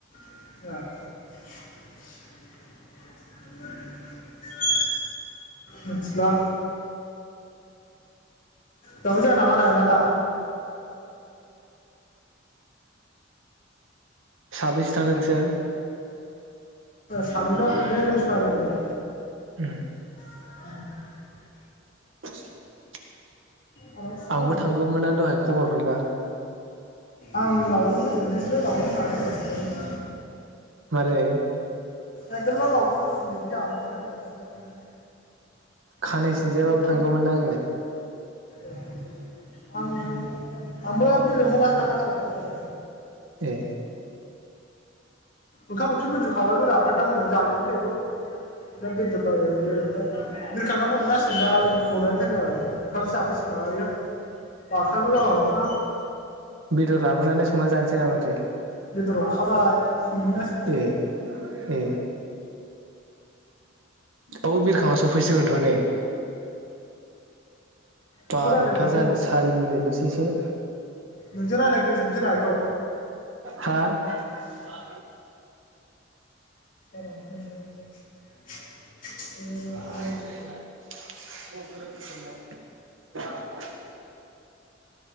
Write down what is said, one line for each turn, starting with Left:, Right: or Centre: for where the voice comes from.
Left: <unintelligible> <unintelligible> मिथिला दावजाना <unintelligible>
Right: साबैसे थांदो नोंसोर?
Left: सानैल' बे <unintelligible> आंजों।
Right: उम।
Left: <unintelligible>
Right: <unintelligible>
Left: आंनाव सोंनाय
Right: आंबो
Left: आंनाव
Right: थांगौमोना दहाय खबर हरबा।
Left: आं लावबोग्रो जोजोबनोसैलै लावग्रोनाथों होन <inaudible>
Right: मारै?
Left: ए गोलाव लावग्रोव <unintelligible> सिनजाफनोसै आं।
Right: खानाय
Left: सोंजाफिनसै
Right: सिनजायाबाबो थांगौमोन ना आङो
Left: ए आं आंबो बे लिंहरलासो थाखादारा फैखादों
Right: ए
Left: ओंखाम ओंख्रि मोनजुखाबाय आरो ओमफ्राय दा मोनायाव जानायसैलै बेखौ दा बेदेर बायबाय बियो ओमफ्राय दोरखांखौना हमना होसिगोन दा गनायनि थाखाय जाब नै ओंखामसो जाफैसिगोन नामा इयो बारसांग' जाबा मोनसैलां
Right: बेदर लाबोनानै संनो जानोसै ना माथो
Left: बेदर लाखाबाय संहैनांसिगौ
Right: ए ए औ बिरखाङा सफैसिगोनथ' नै
Left: बेखौ
Right: बार'था
Left: रायज्लायग्रोनोसै
Right: जानो सारि मिनिट लसै <unintelligible>
Left: नोंजों रायज्लायग्रोजोबसै रा बेखौ
Right: हा <inaudible>
Left: <inaudible>
Right: <unintelligible>